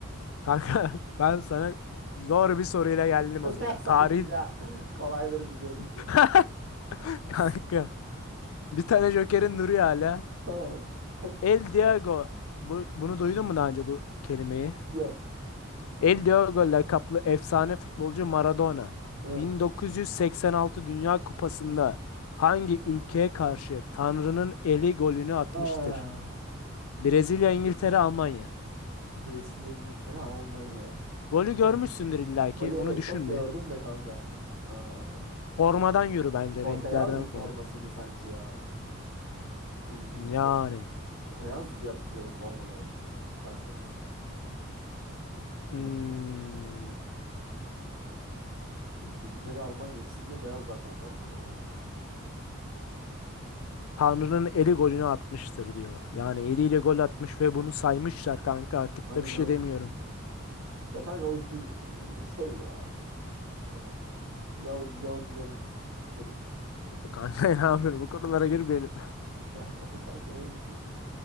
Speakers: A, on the left (about 80°); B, on the right (about 60°).
A: Kanka <laughs> ben sana zor bir soruyla geldim
B: <laughs>
A: o zaman.
B: Ya Sanki
A: Tarih
B: de kolayları biliyordum
A: <laughs>
B: da.
A: kanka.
B: <laughs>
A: Bir tane Joker'in duruyor hala.
B: Tamam. <laughs>
A: El Diego. Bu, bunu duydun mu daha önce bu kelimeyi?
B: Yok.
A: El Diego lakaplı efsane futbolcu Maradona.
B: Hı.
A: 1986 Dünya Kupası'nda hangi ülkeye karşı Tanrı'nın eli golünü atmıştır?
B: Ah.
A: Brezilya, İngiltere, Almanya.
B: Brezilya, İngiltere, Almanya.
A: Golü görmüşsündür illaki.
B: Voli
A: Onu
B: evet
A: düşünme.
B: çok gördüm de kanka. Aa,
A: Formadan yürü bence
B: for,
A: renklerden
B: beyaz bir formasıydı
A: falan.
B: sanki ya. İngiltere.
A: Yani.
B: Beyaz diye hatırlıyorum formaları. Karşı takımın. Ne
A: Hmm,
B: yanlış mı hatırlıyorum acaba? İngiltere, Almanya ikisinde beyaz zaten formaları.
A: Tanrı'nın eli golünü atmıştır diyor. Yani eliyle gol atmış ve bunu saymışlar kanka artık
B: Tabii
A: da bir şey
B: canım.
A: demiyorum.
B: Ya kanka o işte şey ya. e, Yahudi, Yahudilerin işleri işte.
A: Kanka <laughs> ne yapıyorum bu konulara girmeyelim.
B: <laughs> Yani ama kanka öyle şimdi.